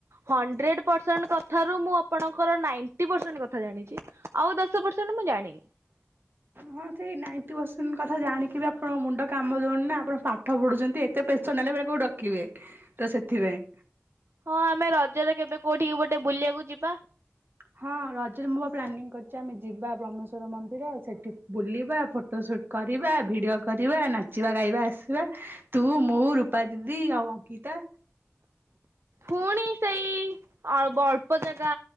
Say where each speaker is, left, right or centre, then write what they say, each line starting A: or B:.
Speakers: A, on the right; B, on the right.
A: ହଣ୍ଡ୍ରେଡ ପରସେଣ୍ଟ କଥାରୁ ମୁଁ ଆପଣଙ୍କର ନାଇ ଦିପର୍ସେଣ୍ଟ କଥା ଜାଣିଛି ଆଉ ଦଶ ପର୍ସେଣ୍ଟ ମୁଁ ଜାଣିି
B: ହଁ ସେଇ ନାଇଣ୍ଟି ପର୍ସେଣ୍ଟ୍ କଥା ଜାଣିକି ବି ଆପଣଙ୍କ ମୁଣ୍ଡ କାମ ଦଉନ ନା ଆପଣ ପାଠ ପଢୁଛନ୍ତି ଏତେ ପ୍ରେସର ନେଲେ କୋଉଠି ରଖିବେ ତ ସେଥିପାଇଁ।
A: ହଁ ଆମେ ରଜରେ କେବେ କୋଉଠିକି ଗୋଟେ ବୁଲିବାକୁ ଯିବା।
B: ହଁ ରଜରେ ମୁଁ ପା ପ୍ଲାନିଂ କରିଛି ଆମେ ଯିବା ବ୍ରହ୍ମେଶ୍ଵର ମନ୍ଦିର ସେଠି ବୁଲିବା, ଫଟୋ ସୁଟ କରିବା, ଭିଡିଓ କରିବା, ନାଚିବା ଗାଇବା, ଆସିବା ତୁ ମୁଁ, ରୂପା ଦିଦି ଆଉ ଅଙ୍କିତା।
A: ପୁଣି ସେଇ ଅଳ୍ପ ଅଳ୍ପ ଜାଗା